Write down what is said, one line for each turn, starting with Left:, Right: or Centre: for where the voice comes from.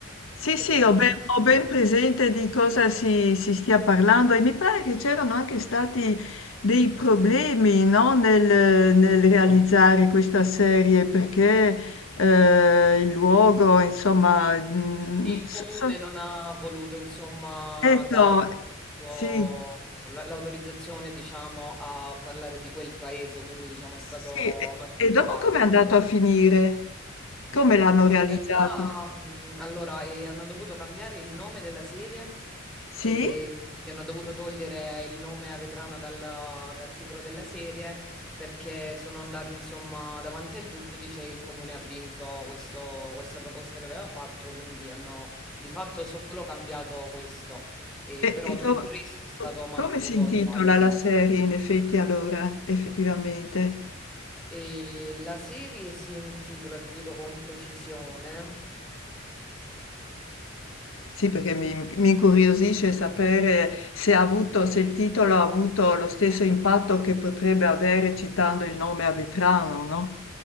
Left: sì,
Centre: Praticamente
Left: sì, ho ben, ho ben presente di cosa si, si stia parlando e mi pare che c'erano anche stati dei problemi, no, nel, nel realizzare questa serie perché eh, il luogo, insomma, mm,
Centre: Sì, il
Left: so-
Centre: comune
Left: so-
Centre: non ha voluto, insomma,
Left: ecco,
Centre: dare il suo-
Left: sì.
Centre: l- l'autorizzazione, diciamo, a parlare di quel paese, quindi, diciamo, è
Left: Sì,
Centre: stato
Left: e
Centre: abbastanza
Left: e dopo
Centre: vago.
Left: com'è andato a finire? Come l'hanno
Centre: No,
Left: realizzato?
Centre: in realtà, mh, allora, eh, hanno dovuto cambiare il nome della serie
Left: Sì?
Centre: e mi hanno dovuto togliere il nome a Vetrana dal, dal titolo della serie perché sono andati, insomma, davanti al giudice e il comune ha vinto questo- questa proposta che aveva fatto, quindi hanno di fatto solo cambiato questo, e
Left: E,
Centre: però
Left: e
Centre: tutto
Left: co-
Centre: il resto è stato
Left: co-
Centre: mantenuto
Left: come si intitola
Centre: uguale.
Left: la serie in effetti allora, effettivamente?
Centre: E la serie si intitola, ti dico con precisione.
Left: Sì, perché mi, mi incuriosisce sapere se ha avuto, se il titolo ha avuto lo stesso impatto che potrebbe avere citando il nome a Vetrano, no?